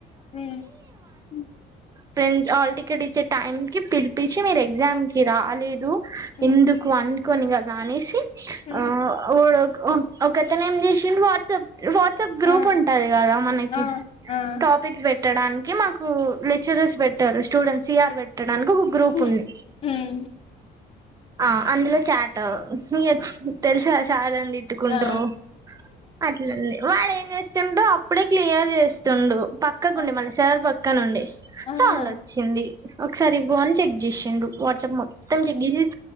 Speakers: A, on the left (about 35°); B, on the right (about 20°).
A: హు హు
B: ఫ్రెండ్స్ హాల్ టికెట్ ఇచ్చే టైమ్ కి పిలిపిచ్చి మీరు ఎగ్జామ్ కి రాలేదు
A: హ్మ్
B: ఎందుకు అం కొన్ని గాద అనేసి
A: హ్మ్
B: ఆ అపుడు ఒకతను ఏం చేసిండు వాట్సాప్ వాట్సాప్ గ్రూప్
A: ఆ
B: ఉంటది కదా మనకి
A: ఆ ఆ
B: టాపిక్స్ పెట్ పెట్టడానికి మాకు లెక్చరర్స్ పెట్టారు స్టూడెంట్ సిఆర్ పెట్ట దానికి ఒక గ్రూప్
A: హ్మ్
B: ఉంది
A: హ్మ్
B: ఆ అందులో చాటు ఇగ తెలుసు కద సార్లులం నను తిట్టుకుంట్రు
A: ఆ
B: అట్లుంది వాడు ఎ చేస్తుండు అప్పుడే క్లియర్ చేస్తుండు పక్కకుండి
A: ఆ
B: మల్ల సర్ ప క్కనుండి
A: ఆహా
B: సౌండ్ అచ్చింది ఒకసారి ఇవ్వు అని చెక్ చేసి ఇందు వాట్ ఇట్ల మొత్తం కిందికి చూసి